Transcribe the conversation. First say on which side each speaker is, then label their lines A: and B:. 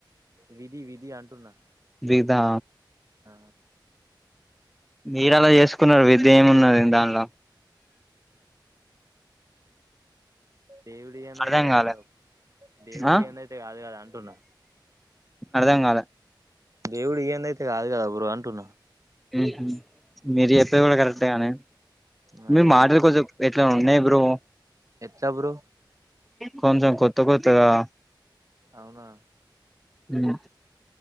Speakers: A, on the right; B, in the centre.
A: విధి విధి అంటున్నా
B: విధా
A: ఆ
B: మీరు అలా చేసుకున్నారు విధి ఏమున్నది దాన్ల
A: దేవుడియ్యదంయితే
B: అర్థం
A: గాదుగా
B: కాలే
A: దేవుడియ్యదంయితే
B: ఆ
A: కాదు గదాంటున్నా
B: అర్థం కాలే
A: దేవుడియ్యందైతే గాదు కదా బ్రో అంటున్నా
B: హు హామ్ మీరు చెప్పేది కూడ కరెక్ట్ గనీ
A: మరిగా
B: మీరు మాటలు కొంచెం ఎట్ల ఉన్నాయి బ్రో
A: ఎట్ల బ్రో
B: కొంచెం కొత్త కొత్తగా
A: అవునా
B: ఉం